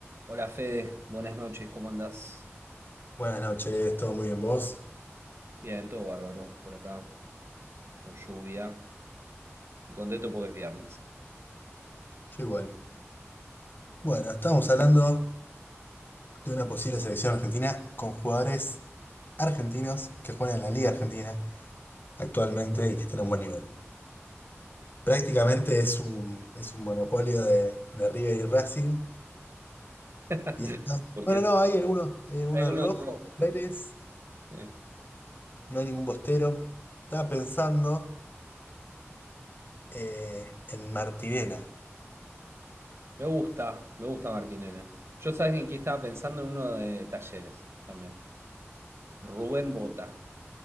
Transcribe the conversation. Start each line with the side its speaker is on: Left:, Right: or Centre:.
Right: Hola Fede, buenas noches, ¿cómo andás?
Left: Buenas noches, ¿todo muy bien vos?
Right: Bien, todo bárbaro por acá, con lluvia y contento porque es viernes.
Left: Yo igual. Bueno, estamos hablando de una posible selección argentina con jugadores argentinos que juegan en la Liga Argentina actualmente y que están a un buen nivel. Prácticamente es un, es un monopolio de, de River y Racing.
Right: <laughs>
Left: Y está...
Right: Porque
Left: Bueno,
Right: es
Left: no, hay algunos, hay alguno
Right: hay uno
Left: del Rojo,
Right: de los.
Left: Vélez,
Right: Sí.
Left: no hay ningún Bostero. Estaba pensando eh, en Martirena.
Right: Me gusta, me gusta Martín Yo sabes en quién estaba pensando en uno de talleres también. Rubén Bota,